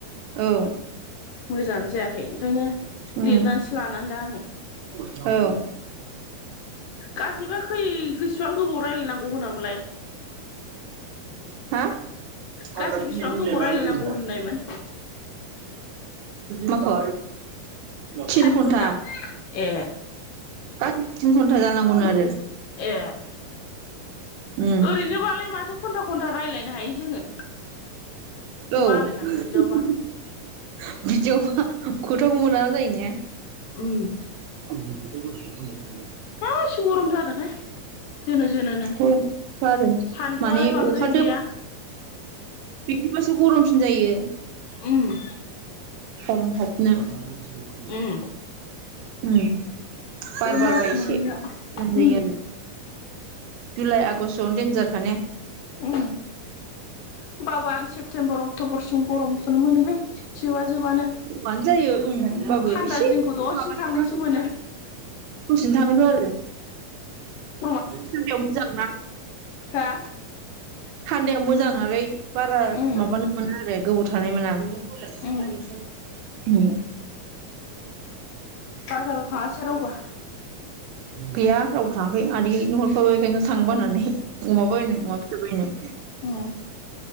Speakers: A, on the right; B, on the left.
A: औ
B: मोजाङानो जायाखै ओंखायनो
A: उम
B: लिरनानैसो लानांदां आङो
A: औ
B: गासैबो खै गोसबां गोबाव रायज्लायनांगौ होनामलाय
A: हा हाग्रा
B: गासै बेसिबां
A: थैनायनि
B: गोबाव
A: मुुलिया
B: रायलायनांगौ
A: माया मोजां ब्रा
B: होननायमोन
A: माखौ थिन
B: टाइमखौ
A: घन्टा
B: होनदां ए
A: गासै तिन घन्टा जानांगौमोन आरो
B: ए
A: उम
B: ओरैनोबालाय माथो घन्टा घन्टा रायज्लायनो हायो जोङो
A: औ <unintelligible>
B: बालायलाङो बिदियावबा
A: बिदियावबा खथाखौ मोना जायो ने
B: उम
A: <unintelligible>
B: मा एसे गरम जादोंहाय जोनो जोनो नो
A: गरमखा आरो
B: सान्दुआलाय
A: माने
B: बांद्राय
A: अखा दो
B: गैया
A: बिदिबासो गरमसिन जायो
B: ओम
A: समभब नो‌ उम
B: उम
A: बार
B: बे
A: बारबा
B: मास
A: इसे
B: मोननैया
A: <unintelligible>
B: उम
A: जुलाइ आगष्टआवनो देन्जारखा ने
B: उम होमबाबो आं सेप्तेम्बर अक्ट'बरसिम गरमखौनो मोनोहाय जोबा जोबानो
A: मानो जायो ओम ओमबाबो
B: थान्दा
A: एसे
B: दिनखौ दसेनो
A: माबादो
B: थांनायसो
A: आरो
B: मोनो
A: दसेनो थाङोथ' आरो
B: ओम
A: <unintelligible> मोजां ना
B: हा
A: थान्दाया मोजां नालाय बारा
B: उम
A: माबानो मोना आरो गोबाव थानाय मोना ओम
B: उम बाजाराव थाङासै रावबो
A: गैया रावबो थाङाखै आदैनो हरफाबाय बेखायनो थांबनानै अमा बायनो अमा फिसा बायनो
B: ओम